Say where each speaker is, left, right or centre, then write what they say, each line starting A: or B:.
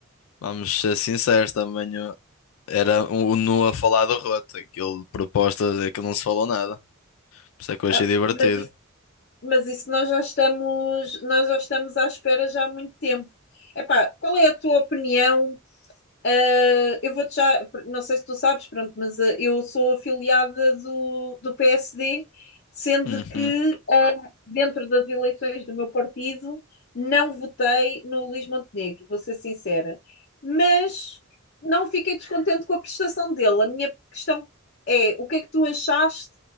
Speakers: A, on the left; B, on the left.
A: Vamos ser sinceros, também o- era o o Nu a falar do roto. Aquilo de propostas é que não se falou nada. Por isso é que eu achei
B: Ah,
A: divertido.
B: mas, isso, mas isso nós já estamos, nós já estamos à espera já há muito tempo. Epá, qual é a tua opinião? Uh, eu vou-te já, não sei se tu sabes, pronto, mas uh, eu sou afiliada do, do PSD, sendo
A: Uhum.
B: que uh, dentro das eleições do meu partido não votei no Luís Montenegro, vou ser sincera. Mas não fiquei descontente com a prestação dele. A minha questão é: o que é que tu achaste